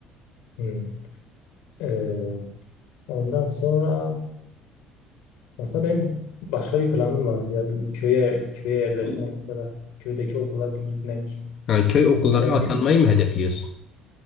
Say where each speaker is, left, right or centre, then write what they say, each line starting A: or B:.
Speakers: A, on the left; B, on the left.
A: Hmm. Ee, ondan sonra aslında benim başka bir planım vardı ya bir köye köye yerleşmek falan. Köydeki okula bir gitmek.
B: Ha, köy okullarına
A: Orada
B: atanmayı
A: bir
B: mı hedefliyorsun?